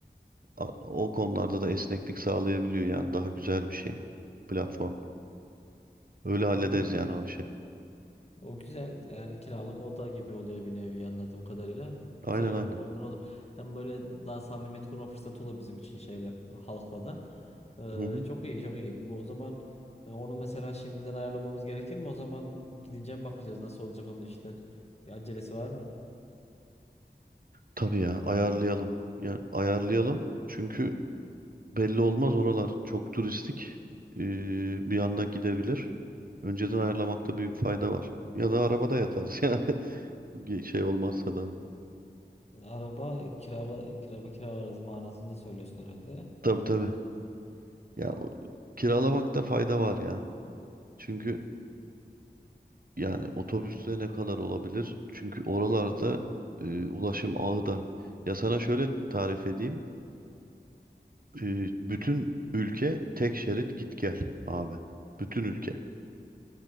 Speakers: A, on the right; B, on the left.
A: a- o konularda da esneklik sağlayabiliyor. Yani daha güzel bir şey platform. Öyle hallederiz
B: Anladım.
A: yani o işi.
B: O güzel yani kiralık oda gibi oluyor bir nevi anladığım kadarıyla.
A: Aynen
B: Güzel ol-
A: aynen.
B: olur olur. Hem böyle daha samimiyet kurma fırsatı olur bizim için şeyle halkla da.
A: Hı hı.
B: Ee, çok iyi çok iyi. Bu o zaman e, onu mesela şimdiden ayarlamamız gerekir mi? O zaman gidince mi bakacağız nasıl olacak onun işler? Bir acelesi var mı?
A: Tabii ya ayarlayalım. Ya ayarlayalım. Çünkü belli olmaz oralar çok turistik. Ee, bir anda gidebilir. Önceden ayarlamakta büyük fayda var. Ya da arabada yatarız <laughs> yani. Bir Şey olmazsa da.
B: Araba kirala kiraba kiralarız manasında söylüyorsun herhalde.
A: Tabii tabii. Ya o- kiralamakta fayda var ya. Çünkü Yani otobüste ne kadar olabilir? Çünkü oralarda e, ulaşım ağı da. Ya sana şöyle tarif edeyim. E, bütün ülke tek şerit git gel abi. Bütün ülke.